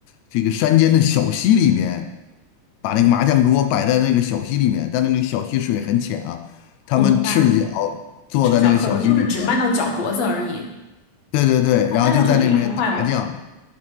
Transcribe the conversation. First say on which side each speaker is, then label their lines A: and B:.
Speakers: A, on the left; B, on the left.
A: 这个山间的小溪里面，把那个麻将桌摆在那个小溪里面，但那个小溪水很浅啊，他们赤脚
B: 我明白，
A: 坐在那个小溪里面，
B: 赤脚可能就是只迈到脚脖子而已。
A: 对对对，
B: 啊，
A: 然后就在那边打麻将，
B: 但是很凉快哦。